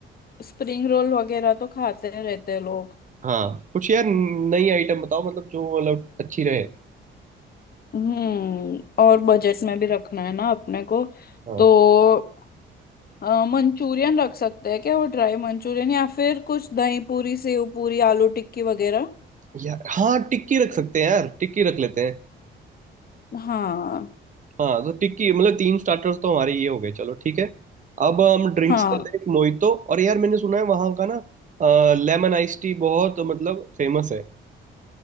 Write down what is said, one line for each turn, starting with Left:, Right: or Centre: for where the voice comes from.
Left: स्प्रिंग रोल वगैरह तो खाते रहते हैं लोग
Right: हाँ कुछ यार नई आइटम बताओ मतलब जो मतलब अच्छी रहे
Left: हम्म और बजट में भी रखना है ना अपने को
Right: हाँ
Left: तो अ, मंचूरियन रख सकते हैं क्या वो ड्राई मंचूरियन या फिर कुछ दही पूरी सेव पूरी आलू टिक्की वगैरह
Right: यार हाँ टिक्की रख सकते हैं यार टिक्की रख लेते हैं
Left: हाँ
Right: हाँ तो टिक्की मतलब तीन स्टार्टर्स तो हमारे ये हो गए चलो ठीक है अब हम ड्रिंक्स
Left: हाँ
Right: करते हैं एक मोहितो और यार मैंने सुना है वहाँ का ना लेमन आइस टी बहुत मतलब फेमस है